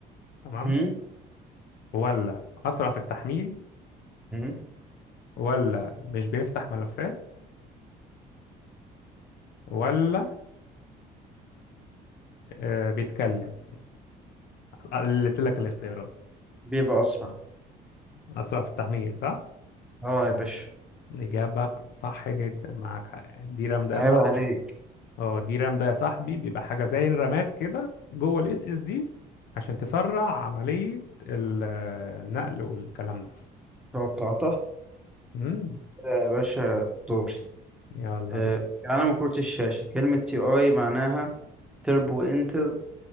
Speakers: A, on the left; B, in the centre.
A: تمام
B: هم؟
A: ولا اسرع في التحميل
B: هم؟
A: ولا مش بيفتح ملفات ولا آه بيتكلم قلت لك الاختيارات
B: بيبقى اسرع
A: اسرع في التحميل صح
B: اه يا باشا
A: اجابة صح جدا معاك حق الدي رام ده
B: عيب
A: يا صاحبي
B: عليك
A: اه الدي رام ده يا صاحبي بيبقى حاجة زي الرامات كده جوه الاس اس دي عشان تسرع عملية ال- آه، النقل والكلام ده
B: توقعتها
A: مم.
B: يا باشا دوري
A: يلا
B: آه، علم كرة الشاشة كلمة تي اي معناها تربو انتل